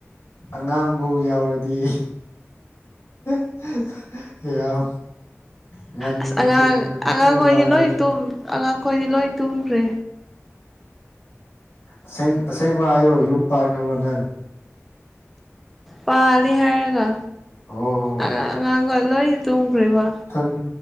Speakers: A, on the left; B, in the centre.
A: ꯑꯉꯥꯡꯕꯨ ꯌꯥꯎꯔꯗꯤ <unintelligible> ꯀꯌꯥꯝ ꯉꯟꯅ
B: ꯑꯁ ꯑꯉꯥꯡ
A: ꯇꯨꯡ
B: ꯑꯉꯥꯡꯈꯣꯏꯗꯤ
A: ꯃꯥꯂꯦꯗ
B: ꯂꯣꯏ ꯑꯉꯥꯡꯈꯣꯏꯗꯤ ꯂꯣꯏ ꯇꯨꯝꯈ꯭ꯔꯦ
A: ꯑꯁꯦꯡ ꯑꯁꯦꯡꯕ ꯍꯥꯏꯌꯣ ꯌꯨꯝ ꯄꯥꯟ ꯈꯪꯕꯣ ꯅꯪ
B: ꯄꯥꯜꯂꯤ ꯍꯥꯏꯔꯒꯥ
A: ꯑꯣ
B: ꯑꯉꯥꯡꯒ ꯂꯣꯏꯅ ꯇꯣꯡꯈ꯭ꯔꯦꯕ
A: ꯊꯪ